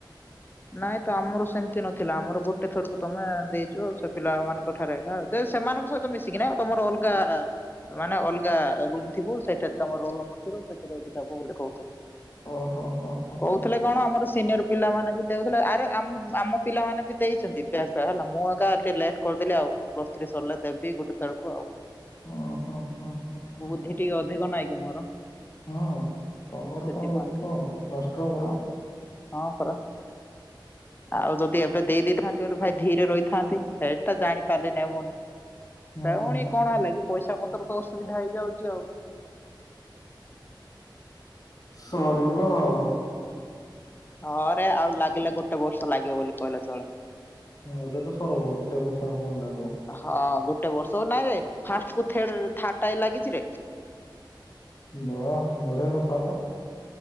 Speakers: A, on the left (about 25°); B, on the left (about 45°).
A: ନାଇଁ ତ ଆମର ସେମିତି ନଥିଲା ଆମର ଗୋଟେ ଥରକୁ ତମେ ଦେଇଚ ଆ ସେ ପିଲାମାନଙ୍କ ଠାରେ ହଁ <unintelligible> ସେମାନଙ୍କ ସହିତ ମିଶିକିନା ତମର ଅଲଗା ମାନେ ଅଲଗା ରୁମ୍ ଥିବ ସେଇଟାରେ ତମ ରୋଲ୍ ନମ୍ବର ଥିବ ସେଟି ଯାଇକି ଦବ ବୋଲି କହୁଥିଲେ।
B: ଓ ହୋ ହୋ ହୋ
A: କହୁଥିଲେ
B: ହୋ।
A: କଣ ଆମର ସିନିୟର ପିଲାମାନେ ବି ଦେଉଥିଲା ଆରେ ଆ ଆମ ପିଲାମାନେ ବି ଦେଇଚନ୍ତି <unintelligible> ପିଲା ହେଲା ମୁଁ ଏକା ଟିକେ ଲେଟ୍ କରିଦେଲି ଆଉ। ପ୍ଲସ୍ ଥ୍ରି ସରିଲେ ଦେବି ଗୋଟେ ଆଉ
B: ହଁ ହଁ ହଁ ହଁ ହଁ
A: ବୁଦ୍ଧି
B: ହଁ
A: ଟିକେ ଅଧିକ ନାହିଁ କି ମୋର।
B: ହଁ ତମର
A: ସେଥିପାଇଁ
B: କଣ ବୁଦ୍ଧି
A: ତ
B: କମ୍ ମାଷ୍ଟ୍ର <unintelligible>
A: ହଁ ପରା ହଁ ପରା। ଆଉ ଯଦି ଏବେ ଦେଇ ଦେଇଥାନ୍ତି <unintelligible> ରହିଥାନ୍ତି ସେଟା ଜାଣିପାରିଲିନି ମୁଁ। ସେଟା
B: ହଁ
A: ପୁଣି କଣ ହେଲା କି ପଇସା ପତ୍ର ତ ଅସୁବିଧା ହେଇଯାଉଛି ଆଉ।
B: ସରିବ ଆଉ।
A: ହଁ ରେ ଆଉ ଲାଗିଲେ ଗୋଟେ ବର୍ଷ ଲାଗିବ ବୋଲି କହିଲେ ଚଳେ।
B: ହଁ ଏବେ ତ ସରବ ଗୋଟେ ବର୍ଷ ଆଉ କଣ ଲାଗିବ।
A: ହଁ ଗୋଟେ ବର୍ଷ ନାଇଁରେ ଫାଷ୍ଟ କୁ ଥେଡ଼ ରେ ଥାର୍ଡ଼ ଟା ବି ଲାଗିଛି ରେ।
B: ହଁ ବଢ଼ିଆ କଥା ତ।